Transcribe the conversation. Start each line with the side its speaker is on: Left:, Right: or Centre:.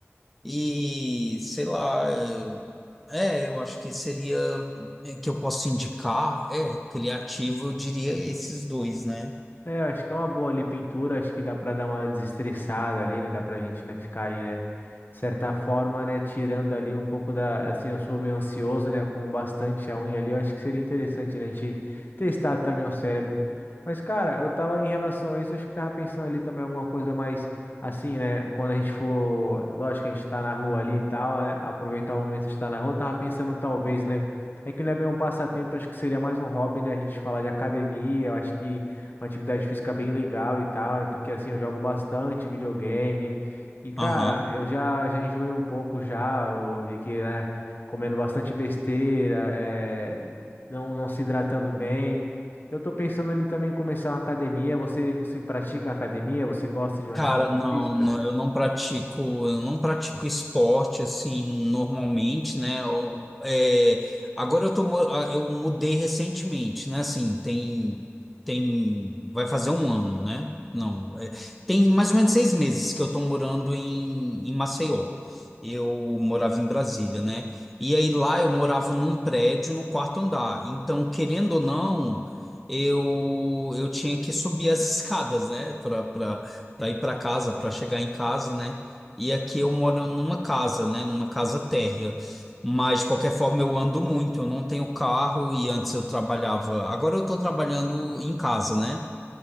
Centre: E sei lá, é, é, eu acho que seria é, que eu posso indicar, é, criativo, eu diria esses dois, né?
Left: É, acho que é uma boa ali pintura, acho que dá para dar uma desestressada ali, né? Dá pra gente, né, ficar ali, né, de certa forma, né, tirando ali um pouco da, assim, eu sou meio ansioso, né, com bastante a unha ali, eu acho que seria interessante, né, a gente testar também o cérebro. Mas, cara, eu tava em relação a isso, acho que tava pensando ali também alguma coisa mais, assim, né, quando a gente for, lógico que a gente tá na rua ali e tal, né, aproveitar o momento de estar na rua, eu tava pensando talvez, né, é que não é bem um passatempo, acho que seria mais um hobby, né, a gente falar de academia, eu acho que uma atividade física bem legal e tal, né? Porque assim, eu jogo bastante videogame. E, cara,
Centre: Aham.
Left: eu já, já enjoei um pouco já. Eu vi que, né, comendo bastante besteira, é, não, não se hidratando bem. Eu tô pensando ali também em começar uma academia. Você, você pratica academia? Você gosta de uma
Centre: Cara,
Left: atividade
Centre: não,
Left: física?
Centre: não, eu não pratico, eu não pratico esporte assim normalmente, né? Eu- é, agora eu tô, mu- ah, eu mudei recentemente, né? Assim, tem, tem, vai fazer um ano, né? Não, é, tem mais ou menos seis meses que eu tô morando em, em Maceió. Eu morava em Brasília, né? E aí lá eu morava num prédio no quarto andar. Então, querendo ou não, eu, eu tinha que subir as <laughs> escadas, né? Para para ir para casa, para chegar em casa, né? E aqui eu moro numa casa, né? Numa casa térrea. Mas de qualquer forma eu ando muito, eu não tenho carro e antes eu trabalhava. Agora eu estou trabalhando em casa, né?